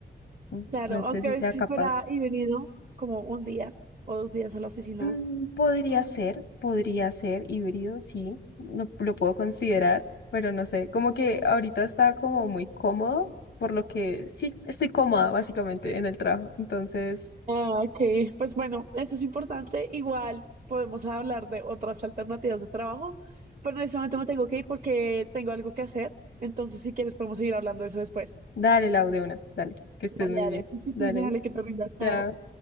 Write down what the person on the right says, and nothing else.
Claro,
aunque
a veces
si
fuera y venido como un día o dos días a la oficina.
Ah, ok. Pues bueno, eso es importante. Igual podemos hablar de otras alternativas de trabajo, pero en este momento me tengo que ir porque tengo algo que hacer. Entonces, si quieres, podemos seguir hablando de eso después.
Dale,
dale.
Pues que estés
bien, dale, que te rinda. Chao.